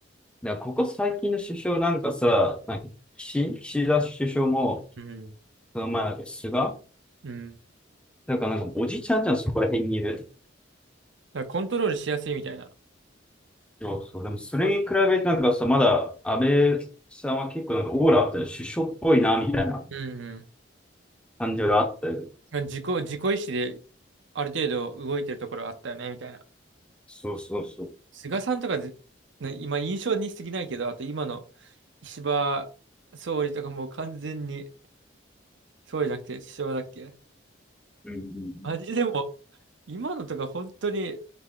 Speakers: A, in the centre; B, on the right.
A: らここ最近の首相なんかさ、なんか岸、岸田首相も、
B: うん。
A: その前だっけ、菅
B: うん
A: なんかなんかおじちゃんじゃん、そこら辺にいる。
B: だからコントロールしやすいみたいな。
A: そうそう。でもそれに比べてなんかさ、
B: うん
A: まだ安倍さんは結構なんかオーラあったよ。首相っぽいな、みたいな
B: うん
A: 感じがあったよ。
B: うん。自己、自己意志である程度動いてるところあったよね、みたいな。
A: そうそうそう。
B: 菅さんとかず、ね今印象に過ぎないけど、あと今の石破総理とかもう完全に、総理じゃなくて首相だっけ
A: うんうん
B: あれでも、今のとか本当に